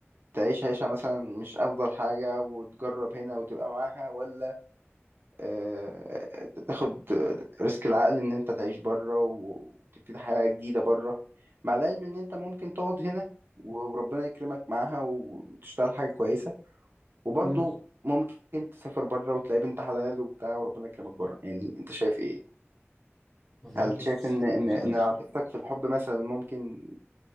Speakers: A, on the right; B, in the centre.
A: تعيش عيشة مثلا مش افضل حاجة وتجرب هنا وتبقى معاها ولا آه، تاخد ريسك العقل ان انت تعيش بره وتبتدي حياة جديدة بره مع العلم ان انت ممكن تقعد هنا وربنا يكرمك معاها وتشتغل حاجة كويسة وبرضه
B: امم
A: ممكن تسافر بره وتلاقي بنت حلال وبتاع وربنا يكرمك بره يعني انت شايف ايه؟
B: والله
A: هل
B: بص
A: شايف ان
B: هقول
A: ان
B: لك
A: ان
B: حاجه
A: عاطفتك في الحب مثلا ممكن